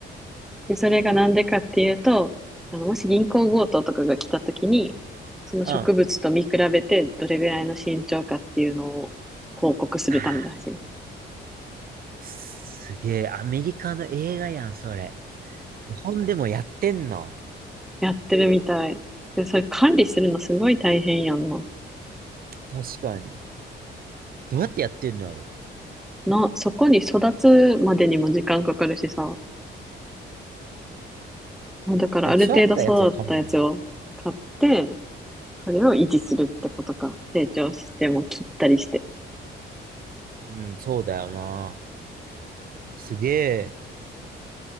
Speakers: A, in the centre; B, on the right (about 45°).
A: で、それがなんでかっていうと、あの、もし銀行強盗とかが来た時に、その植物と見比べてどれぐらいの身長かっていうのを報告するためだし、
B: うん。ああ、すげえ、アメリカの映画やん、それ。日本でもやってんの。
A: やってるみたい。で、それ管理するのすごい大変やんな。
B: 確かに。どうやってやってんのやろ。
A: な、そこに育つまでにも時間かかるしさ、まあだからある程度育ったやつを買って、
B: え、育ったやつを買うんだね
A: それを維持するってことか。成長しても切ったりして。
B: うん、そうだよな。すげえ、